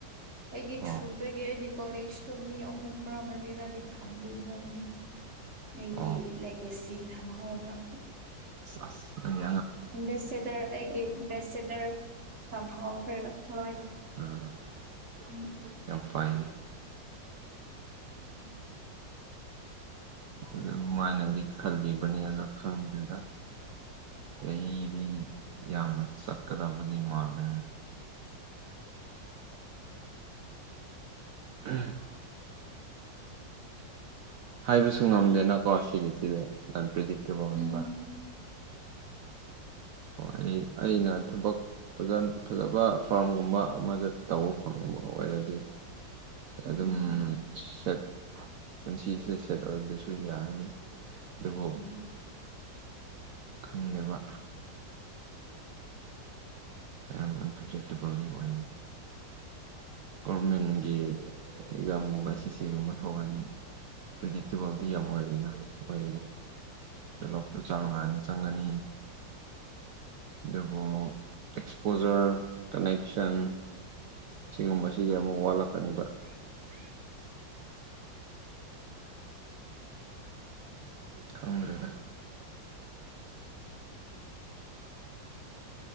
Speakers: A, on the right; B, on the right.
A: ꯑꯩꯒꯤ
B: ꯑꯣ
A: ꯊꯔꯨꯗꯒꯦ ꯑꯩꯗꯤ ꯀꯣꯂꯦꯖꯇꯣ ꯃꯤ ꯑꯍꯨꯝ ꯃꯥ ꯃꯔꯤꯔꯥꯗꯤ ꯊꯝꯕꯤꯈ꯭ꯔꯕꯅꯤ ꯑꯩꯒꯤ
B: ꯑꯣ
A: ꯂꯥꯏꯀꯦꯖꯁꯤ ꯊꯝꯃꯍꯕ꯭ꯔꯥ
B: ꯑꯁ ꯅꯪ
A: ꯑꯝꯕꯦꯁꯦꯗꯔ ꯑꯩꯒꯤ ꯑꯝꯕꯦꯁꯤꯦꯗꯔ ꯐꯥꯎꯈ꯭ꯔꯦꯕ ꯂꯣꯏꯅ
B: <unintelligible>
A: <inaudible>
B: ꯌꯥꯝ ꯄꯥꯏ
A: <inaudible>
B: ꯑꯗꯨ ꯑꯗꯨꯃꯥꯏꯅꯗꯤ ꯈꯜꯂꯤꯕꯅꯦ ꯑꯗꯣ ꯈꯪꯕꯗꯨꯗ ꯂꯩꯂꯤꯗꯤ ꯌꯥꯝꯅ ꯆꯀꯗꯕꯗꯤ ꯃꯥꯂꯦ <unintelligible> ꯍꯥꯏꯕꯁꯨ ꯉꯝꯗꯦꯅꯀꯣ ꯁꯤꯁ ꯁꯤꯗꯤ ꯌꯥꯝꯟꯄ꯭ꯗꯤ ꯇꯧꯕꯅꯦꯕ
A: ꯎꯝ
B: ꯍ ꯑꯩꯅ ꯊꯕꯛ ꯐꯖ ꯐꯖꯕ ꯐꯥꯔꯝꯒꯨꯝꯕ ꯑꯃꯗ ꯇꯧꯕ ꯐꯪꯕ ꯑꯣꯏꯔꯗꯤ ꯑꯗꯨꯝ
A: ꯎꯝ
B: ꯁꯠ ꯄꯨꯟꯁꯤꯁꯦ ꯁꯦꯠ ꯑꯣꯏꯕꯁꯨ ꯌꯥꯏ ꯑꯗꯨꯕꯨ
A: ꯎꯝ
B: ꯈꯪꯂꯤꯕ ꯑ ꯐꯦꯠꯇꯀꯥꯎ ꯋꯥ ꯒꯣꯔꯔꯃꯦꯟꯒꯤ ꯑꯦꯛꯖꯥꯝꯒꯨꯝꯕ ꯑꯦꯁ ꯑꯦꯁ ꯁꯤꯒꯨꯝꯕ ꯊꯣꯛꯑꯗꯤ ꯄ꯭ꯔꯔꯤꯗꯤꯛꯇꯦꯕꯜꯗꯤ ꯌꯥꯝ ꯑꯣꯏꯔꯤꯦꯅ ꯑꯩꯈꯣꯏꯒꯤꯗꯤ ꯗꯦꯂꯣꯞꯇꯨ ꯆꯥꯡ ꯅꯥꯏꯅ ꯆꯪꯒꯅꯤ ꯑꯗꯨꯕꯨ ꯑꯦꯛꯁꯄꯣꯖꯔ ꯀꯅꯦꯛꯁꯟ ꯁꯤꯒꯨꯝꯕꯁꯤꯗꯤ ꯑꯃꯨꯛ ꯋꯥꯠꯂꯛꯀꯅꯤꯕ
A: <inaudible>
B: ꯈꯪꯈ꯭ꯔꯦꯗ